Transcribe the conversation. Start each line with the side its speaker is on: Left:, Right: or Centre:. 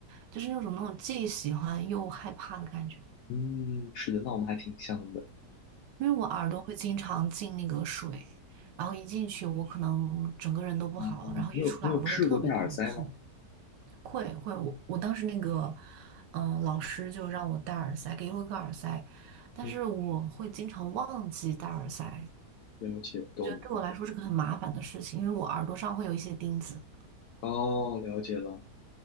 Right: 就是那种那种既喜欢又害怕的感觉，
Left: 嗯，是的，那我们还挺像的。
Right: 因为我耳朵会经常进那个水，然后一进去我可能整个人都不好了，
Left: 哦，
Right: 然后一出来耳朵会特别特别痛。
Left: 你有你有试过戴耳塞吗？
Right: 会会，我我当时那个，嗯、老师就让我戴耳塞，给了我一个耳塞，但是我会经常忘记戴耳塞，
Left: 嗯，了解，懂了。
Right: 觉得对我来说是个很麻烦的事情，因为我耳朵上会有一些钉子。
Left: 哦，了解了。